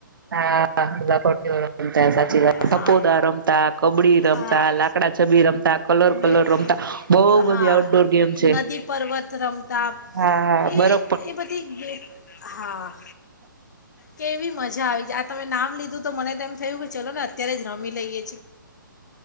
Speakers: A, on the right; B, on the left.
A: હા લખોટીઓ રમતા સાચી
B: હા
A: વાત તપોદા રમતા કબડી રમતા
B: હા
A: લાકડા છબી રમતા કલર કલર
B: બે-
A: રમતા બો બધી
B: હા
A: આઉટડોર ગેમ છે.
B: નદી પર્વત રમતા
A: હા
B: એ
A: બરો
B: એ બધી હા કેવી મજા આવી તમે નામ લીધું તો મને તેમ એમ થયું કે ચલો ને અત્યારે જ રમી લઈએે.